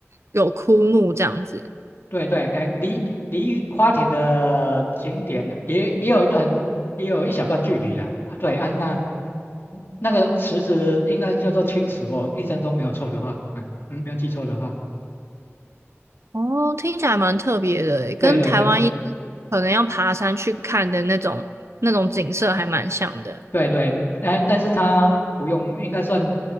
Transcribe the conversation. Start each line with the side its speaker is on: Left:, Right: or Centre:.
Right: 有枯木这样子。
Left: 对对，哎，离离花田的景点也也有一段，也有一小段距离了啊。对啊，那那个池子应该叫做青池，我印象中没有错的话，嗯嗯，没有记错的话，
Right: 哦，听起来蛮特别的诶，跟台湾一
Left: 对对对
Right: 可能要爬山去看的那种那种景色还蛮像的。
Left: 对对，哎，但是它不用，应该算